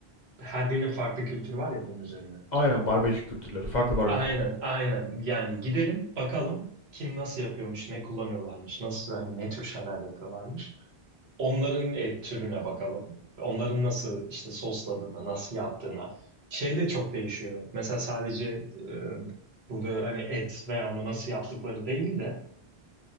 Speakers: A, on the right; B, on the left.
A: her birinin farklı kültürü var ya bunun üzerine.
B: Aynen barbekü kültürleri. Farklı barbekü.
A: Aynen, aynen. Yani gidelim bakalım kim nasıl yapıyormuş, ne kullanıyorlarmış, nasıl hani ne tür şeyler yapıyorlarmış. Onların et türüne bakalım. Onların nasıl işte sosladığına, nasıl yaptığına. Şey de çok değişiyor. Mesela sadece e, burada hani et veya onu nasıl yaptıkları değil de